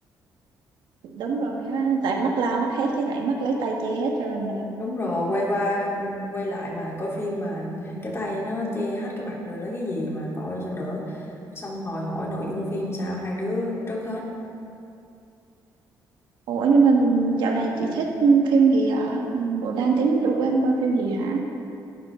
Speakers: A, on the right (about 85°); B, on the left (about 35°).
A: Đúng rồi á Tại mắt la mắt hết Thì lại mắt lấy tay che hết rồi nè
B: Đúng rồi, quay qua quay lại mà coi phim mà cái tay nó che hết cái mặt rồi lấy cái gì mà coi cho nữa. Xong hồi hỏi nội dung phim sao hai đứa trước hết
A: Ủa nhưng mà dạo này chị thích phim gì ạ Ừm, Bộ đang tính rủ em coi phim gì hả